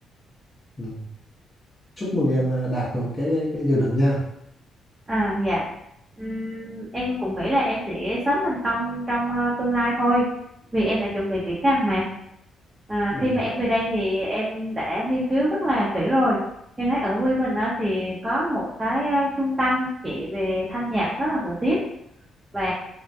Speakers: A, on the left (about 15°); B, on the right (about 25°).
A: ừ. Chúc mừng em à, đạt được cái cái cái dự định nha.
B: À dạ. Ừm, em cũng nghĩ là em sẽ sớm thành công trong ờ, tương lai thôi vì em đã chuẩn bị kỹ càng mà. À,
A: Ừ.
B: khi mà em về đây thì em đã nghiên cứu rất là kỹ rồi. Em thấy ở quê mình á, thì có một cái ờ, trung tâm chỉ về thanh nhạc rất là nổi tiếng và